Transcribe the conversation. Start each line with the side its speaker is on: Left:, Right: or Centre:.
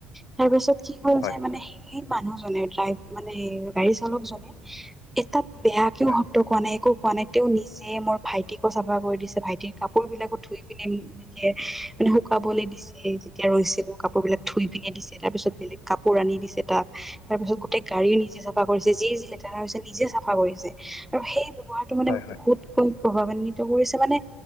Centre: তাৰ পিছত কি হ'ল
Left: হয়
Centre: যে মানে সেই মানুহজনেই মানে গাড়ী চালকজনে এটাত বেয়া কিয়
Left: হয়
Centre: শব্দ কোৱা নাই একো কোৱা নাই তেওঁ নিজে মোৰ ভাইটিকো চাব কৰি দিছে ভাইটিৰ কাপোৰ বিলাকো ধুই পিনে এনেকে মানে শুকাবলৈ দিছে যেতিয়া ৰৈছিল। কাপোৰ বিলাক ধুই পিনে দিছে, তাৰ পিছত বেলেগ কাপোৰ আনি দিছে তাক তাৰ পিছত গোটই গাড়ী নিজে চাফা কৰিছে। যি -যি লেতেৰা হৈছে নিজে চাফা কৰিছে আৰু সেই ব্যৱহাৰটো মানে
Left: হয় হয়
Centre: বহুত ক প্ৰভাৱান্বিত কৰিছে মানে-